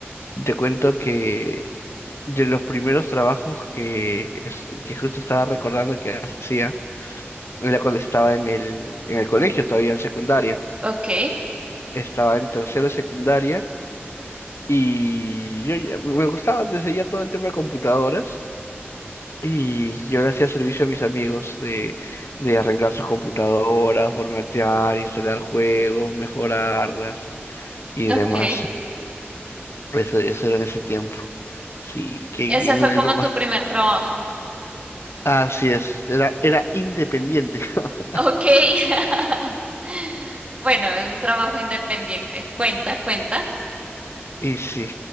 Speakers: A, on the left; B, on the right.
A: Te cuento que de los primeros trabajos que, es- que justo estaba recordando que hacía, era cuando estaba en el, en el colegio, todavía en secundaria.
B: Ok,
A: Estaba en tercero de secundaria Y yo ya- me gustaba desde ya todo el tema de computadoras. Y yo le hacía servicio a mis amigos de, de arreglar sus computadoras, formatear, instalar juegos, mejorarlas y
B: ok.
A: demás. Eso, eso era en ese tiempo. Sí, que,
B: Ese
A: que no
B: fue
A: le
B: como
A: vamos-
B: tu primer trabajo.
A: así es, era, era independiente. <laughs>
B: Ok. <laughs> Bueno, un trabajo independiente. Cuenta, cuenta.
A: Y sí,